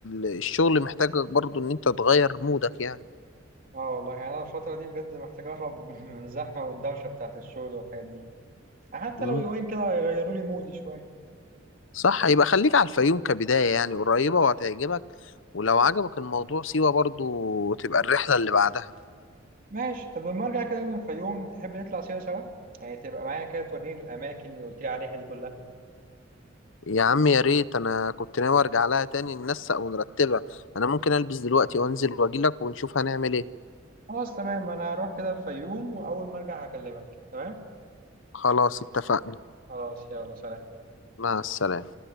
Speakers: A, on the left; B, on the right.
A: الشغل محتاجك برضو ان انت تغير مودك يعني
B: اه والله يعني انا الفترة دي بجد محتاج اهرب <laughs> من الزحمة والدوشة بتاعت الشغل والحاجات دي حتى
A: مم.
B: لو يومين كده هيغيروا لي مودي شوية
A: صح يبقى خليك على الفيوم كبداية يعني قريبة وهتعجبك ولو عجبك الموضوع سيوة برضو تبقى الرحلة اللي بعدها
B: ماشي طب لما ارجع كده من الفيوم تحب نطلع سوا سوا يعني تبقى معايا كده توريني الاماكن اللي قلت لي عليها دي كلها
A: يا عم يا ريت انا كنت ناوي ارجع لها تاني ننسق ونرتبها انا ممكن البس دلوقتي وانزل واجيلك ونشوف هنعمل ايه
B: خلاص تمام انا هروح كده الفيوم واول ما ارجع هكلمك تمام
A: خلاص اتفقنا
B: خلاص يلا سلام
A: مع السلامة